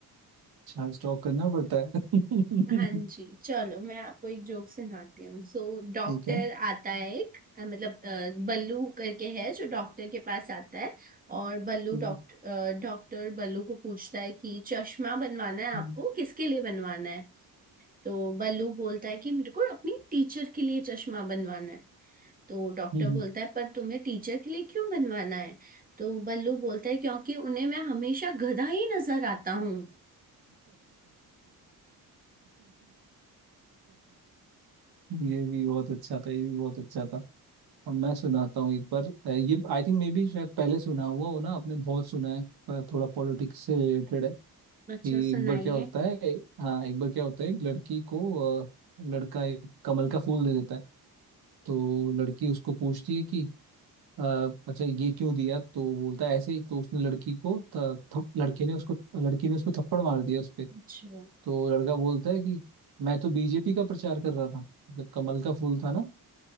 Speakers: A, on the right; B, on the right.
A: अच्छा स्टॉक करना पड़ता है <laughs>
B: हाँ जी चलो मैं आपको एक जोक सुनाती हूँ सो डॉक्टर
A: ठीक है
B: आता है एक अ, मतलब अ, बल्लू करके है जो डॉक्टर के पास आता है और बल्लू
A: हम्म,
B: डॉक्टर डॉक्टर बल्लू को पूछता है कि चश्मा बनवाना है
A: हम्म,
B: आपको किसके लिए बनवाना है तो बल्लू बोलता है कि मेरे को अपनी टीचर के लिए चश्मा बनवाना है तो डॉक्टर
A: हम्म।
B: बोलता है पर तुम्हें टीचर के लिए क्यों बनवाना है तो बल्लू बोलता है क्योंकि उन्हें मैं हमेशा गधा ही नजर आता हूँ
A: <laughs> ये भी बहुत अच्छा था ये भी बहुत अच्छा था अब मैं सुनाता हूँ एक बार अ, ये आई थिंक मे बी शायद पहले सुना हुआ हो ना आपने बहुत सुना है पर थोड़ा पॉलिटिक्स से रिलेटेड है कि
B: अच्छा सुनाइए
A: एक बार क्या होता है हाँ एक बार क्या होता है एक लड़की को अ, लड़का एक कमल का फूल दे देता है तो लड़की उसको पूछती है कि "अ, अच्छा ये क्यों दिया तो बोलता है ऐसे ही तो उसने लड़की को थ, थप, लड़के ने उसको लड़की ने उसको थप्पड़ मार दिया उस पे
B: अच्छा
A: तो लड़का बोलता है कि मैं तो बीजेपी का प्रचार कर रहा था मतलब कमल का फूल था ना